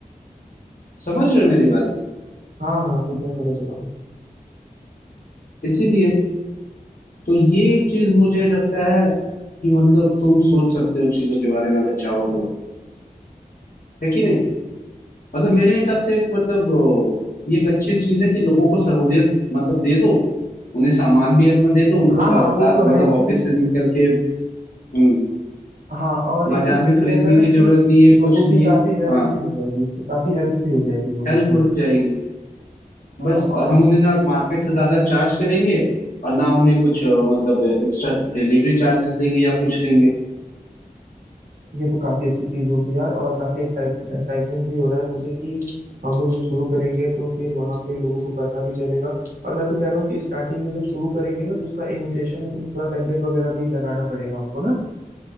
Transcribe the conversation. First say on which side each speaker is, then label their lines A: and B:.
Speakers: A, on the left; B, on the right.
A: समझ रहे हो मेरी बात
B: हाँ हाँ वो मैं समझ रहा हूँ
A: इसीलिए तो ये चीज मुझे लगता है कि मतलब तुम सोच सकते हो चीजों के बारे में अगर चाहो तो है कि नहीं मतलब मेरे हिसाब से एक मतलब अ, ये एक अच्छी चीज है कि लोगों को सहूलियत मतलब दे दो उन्हें सामान भी अपना दे दो उनको
B: हाँ हाँ
A: बाजार
B: वो तो
A: मतलब
B: है कि
A: ऑफिस से निकल के हम्म,
B: हाँ और
A: बाजार
B: एक चीज
A: में
B: ये भी
A: खरीदने
B: रहेगा ना
A: की
B: कि
A: जरूरत नहीं है
B: लोगों
A: कुछ नहीं
B: की काफी
A: है
B: हेल्प
A: हाँ
B: भी हो जाएगी इससे काफी हेल्प भी हो जाएगी लोगों
A: हेल्प
B: की
A: हो जाएगी
B: हाँ
A: बस
B: और
A: और हम उन्हें ना मार्केट से ज्यादा चार्ज करेंगे और ना उन्हें कुछ अ, मतलब एक्स्ट्रा डिलीवरी चार्जेस लेंगे या कुछ लेंगे
B: ये तो काफी अच्छी चीज होगी यार और काफी एक्साइट एक्साइटमेंट भी हो रहा है मुझे कि हम लोग जब शुरू करेंगे तो फिर वहां पे लोगों को पता भी चलेगा और मैं तो कह रहा हूँ कि स्टार्टिंग में जब शुरू करेंगे ना तो उसका इनविटेशन थोड़ा पेम्पलेट वगैरह भी लगाना पड़ेगा हमको ना